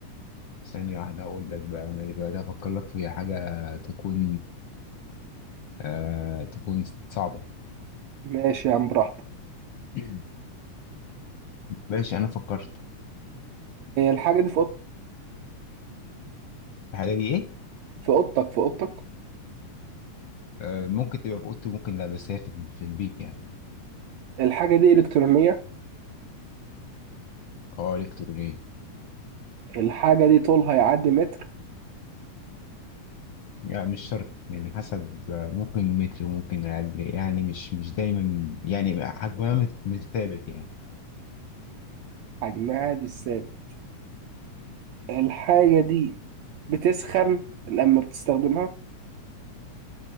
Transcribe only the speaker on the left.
ثانيه واحده اقول لك بقى انا دلوقتي هفكر لك في حاجه تكون آه تكون صعبه
<clears throat> ماشي انا فكرت
الحاجه دي ايه
آه ممكن تبقى في اوضتي ممكن لا بس هي في في البيت يعني
اه الكترونيه
لا مش شرط يعني حسب آه، ممكن متر وممكن أقل يعني مش مش دايما يعني حجمها مت- مش ثابت يعني